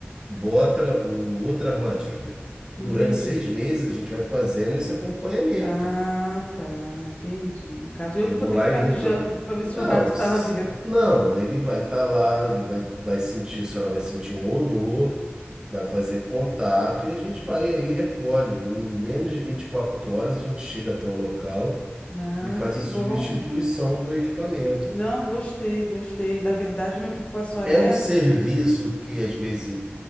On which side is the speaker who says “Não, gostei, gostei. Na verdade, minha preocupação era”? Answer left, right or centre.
Left